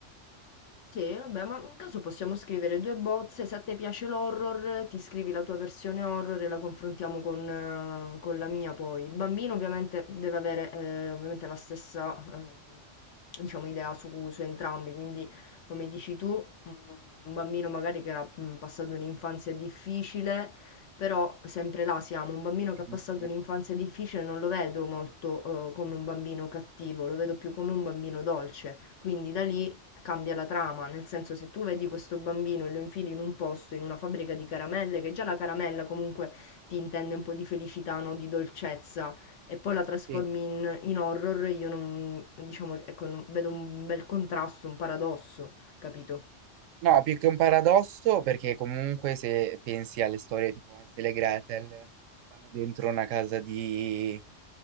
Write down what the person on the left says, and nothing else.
Sì, vabbè, ma in caso possiamo scrivere due bozze, se a te piace l'horror, ti scrivi la tua versione horror e la confrontiamo con, eh, con la mia poi. Il bambino ovviamente deve avere eh, ovviamente la stessa eh, diciamo, idea su, su entrambi, quindi come dici tu, un bambino magari che ha mm, passato un'infanzia difficile, però sempre là siamo, un bambino
che ha passato un'infanzia difficile non lo vedo molto eh, come un bambino cattivo, lo vedo più come un bambino dolce, quindi da lì cambia la trama, nel senso se tu vedi questo bambino e lo infili in un posto, in una fabbrica di caramelle, che già la caramella comunque ti intende un po' di felicità, no? di dolcezza, e poi la trasformi
in, in horror, io non, diciamo, ecco, non- vedo un bel contrasto, un paradosso, capito?